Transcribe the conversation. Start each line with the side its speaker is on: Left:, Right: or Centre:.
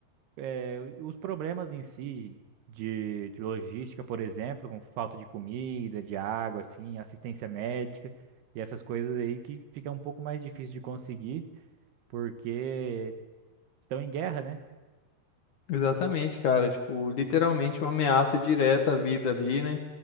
Right: é, os problemas em si de, de logística, por exemplo, com falta de comida, de água, assim, assistência médica e essas coisas aí que fica um pouco mais difícil de conseguir porque estão em guerra, né?
Left: Exatamente, cara. Tipo, literalmente uma ameaça direta à vida ali, né?